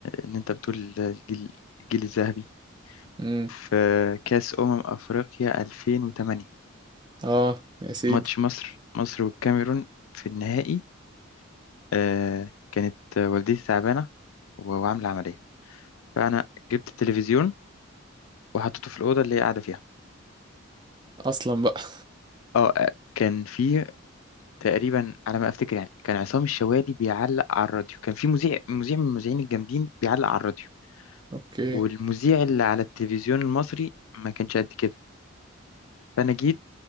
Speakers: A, on the left; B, on the right.
A: ان انت بتقول الجيل الجيل الذهبي
B: امم
A: في كاس امم افريقيا 2008
B: اه يا سيدي
A: ماتش مصر مصر والكاميرون في النهائي آه، كانت والدتي تعبانه و- وعامله عمليه فانا جبت التلفزيون وحطيته في الاوضه اللي هي قاعده فيها
B: اصلا بقى <laughs>
A: اه آه، كان في تقريبا على ما افتكر يعني كان عصام الشوالي بيعلق على الراديو كان في مذيع مذيع من المذيعين الجامدين بيعلق على الراديو
B: اوكي
A: والمذيع اللي على التلفزيون المصري ما كانش قد كده فأنا جيت